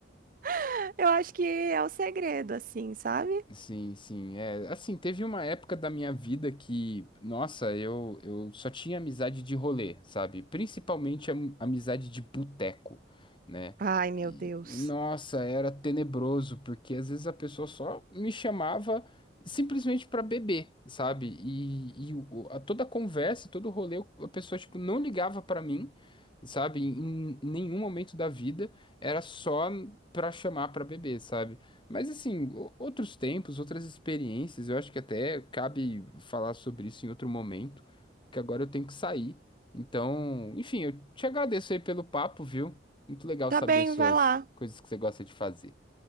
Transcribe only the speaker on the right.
<laughs> Eu acho que é o segredo, assim, sabe?
Ai, meu
Deus.
Tá
bem,
vai lá.